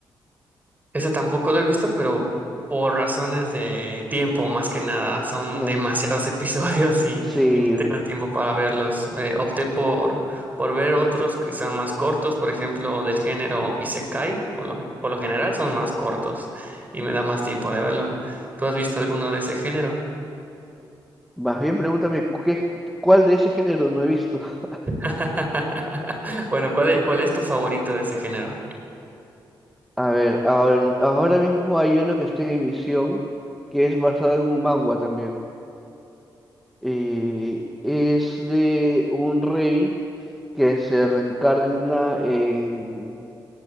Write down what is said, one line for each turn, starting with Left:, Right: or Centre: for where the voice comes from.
Right: Ese tampoco lo he visto, pero por razones de tiempo, más que nada, son
Centre: no.
Right: demasiados <laughs> episodios y,
Centre: Sí,
Right: y no tengo el tiempo para verlos. Eh, opté por, por ver otros que sean más cortos, por ejemplo, del género Isekai, por lo, por lo general son más cortos y me da más tiempo de verlo. ¿Tú has visto alguno de ese género?
Centre: más bien pregúntame qué, cuál de ese género no he visto. <laughs>
Right: <laughs> Bueno, ¿cuál es, cuál es tu favorito de ese género?
Centre: A ver, ahor- ahora mismo hay uno que está en emisión que es basado en un manga también. eh, es de un rey que se reencarna en,